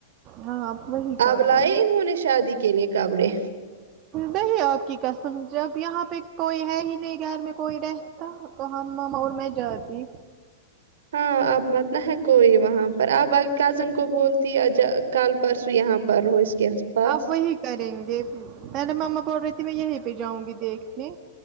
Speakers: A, on the right (about 35°); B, on the right (about 85°).
A: ہاں وہی کروں
B: اب لائے انہوں نے شادی کے لیے کپڑے
A: نہیں آپ کی قسم جب یہاں پے کوئی ہے ہی نہیں گھر میں کوئی رہتا تو ہم مما اور میں جاتی
B: ہاں آپ مت نہ ہے کوئی وہاں پر ب ا کزن کو بولتی آجا کال پرسوں یہاں پر ہو اس کے پاس
A: آپ وہی کریں گے ارے مما بول رہی تھی میں یہیں پے جاؤں گی دیکھنے